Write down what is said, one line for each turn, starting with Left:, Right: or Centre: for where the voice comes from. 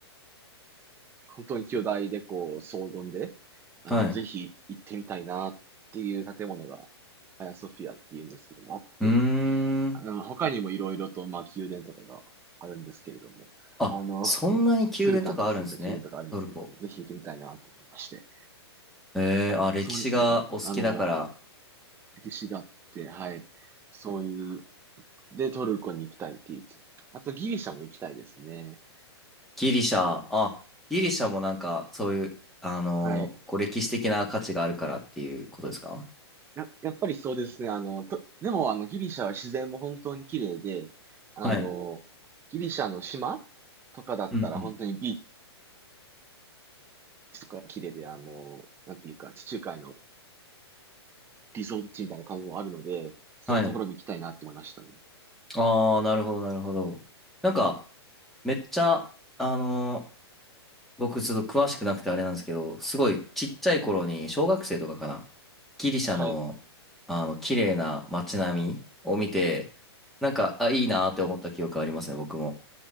Right: 本当に兄弟でこう、荘厳で、あの、
Centre: はい。
Right: ぜひ行ってみたいなっていう建物が、アヤソフィアっていうんですけども、あって、
Centre: うーん。
Right: あの、他にもいろいろと、まあ、宮殿とかがあるんですけれども、
Centre: あ、
Right: あの、
Centre: そんなに宮殿とかあるんですね。
Right: スルタンが住んだ宮殿とかあるんですけれども、
Centre: トルコ。
Right: ぜひ行ってみたいなと思いまして。
Centre: ええあ、歴史がお好きだから。
Right: そうですね。あの、歴史があって、はい。そういう、で、トルコに行きたいっていう。あと、ギリシャも行きたいですね。
Centre: ギリシャ、あ、ギリシャもなんかそういう、あのーこう歴史的な価値があるからっていうことですか
Right: はい。や、やっぱりそうですね。あの、と、でも、あの、ギリシャは自然も本当に綺麗で、あの、
Centre: はい。
Right: ギリシャの島とかだったら本当にビー
Centre: うんうん。
Right: チとか綺麗で、あの、なんていうか、地中海のリゾート地みたいな感じもあるので、そういうところも行きたいなって思いましたね。
Centre: はい。ああ、なるほど、なるほど。なんか、めっちゃ、あのー僕ちょっと詳しくなくてあれなんですけど、すごいちっちゃい頃に小学生とかかな、ギリシャのあの綺麗な街並みを見て、
Right: はい。
Centre: なんか、あ、いいなーって思った記憶ありますね、僕も。